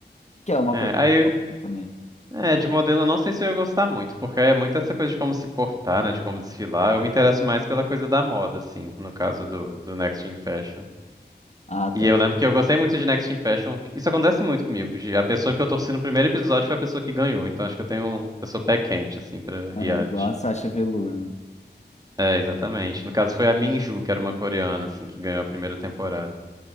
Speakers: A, on the left; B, on the right.
A: que é uma
B: É,
A: coisa
B: aí
A: também.
B: É, de modelo eu não sei se eu ia gostar muito, porque é muito essa coisa de como se portar, né, de como desfilar. Eu me interesso mais pela coisa da moda, assim, no caso do, do Next in Fashion.
A: Ah, tá.
B: E eu lembro que eu gostei muito de Next in Fashion. Isso acontece muito comigo, de a pessoa que eu torci no primeiro episódio foi a pessoa que ganhou. Então acho que eu tenho, um, eu sou pé quente, assim, pra
A: Ah,
B: reality.
A: igual a Sasha Velour, né?
B: É, exatamente. No caso foi a Minju, que era uma coreana, assim, que ganhou a primeira temporada.